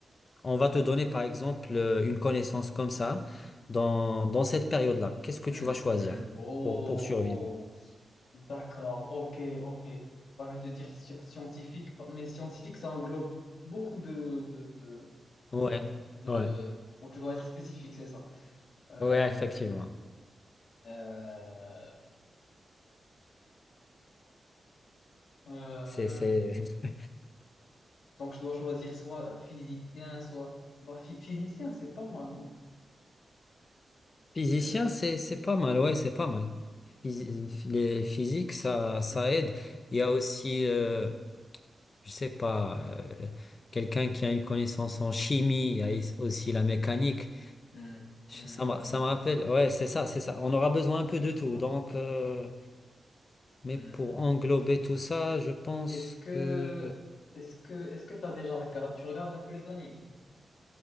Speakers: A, on the left; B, on the left.
A: On va te donner par exemple euh, une connaissance comme ça dans, dans cette période-là. Qu'est-ce que
B: Hmm,
A: tu vas choisir
B: hmm. Oh,
A: pour, pour survivre?
B: d'accord, ok, ok. Bah, je vais te dire sci- scientifique, mais scientifique, ça englobe beaucoup de, de, de,
A: Ouais,
B: de-
A: ouais,
B: Donc, je dois être spécifique, c'est ça. Euh,
A: ouais, effectivement.
B: euh, euh,
A: C'est, c'est... <laughs>
B: donc, je dois choisir soit physicien, soit... Bah, phy- physicien, c'est pas mal, non? Phy-
A: Physicien,
B: euh,
A: c'est, c'est pas mal, ouais, c'est pas mal. Phys- Les physiques, ça, ça
B: hmm,
A: aide. Il y a aussi, euh, je sais pas, euh, quelqu'un qui a une connaissance en chimie, il y a aussi la
B: hmm,
A: mécanique.
B: hmm,
A: Ça
B: hmm,
A: me,
B: hmm,
A: ça
B: hmm.
A: me rappelle, ouais, c'est ça, c'est ça. On aura besoin
B: Mécanique,
A: un peu de tout.
B: c'est pas
A: Donc,
B: mal.
A: euh, Mais
B: Hmm,
A: pour
B: hmm.
A: englober tout ça, je pense
B: Est-ce que...
A: que
B: Est-ce que... Est-ce que t'as déjà regardé... Tu regardes un peu les animes?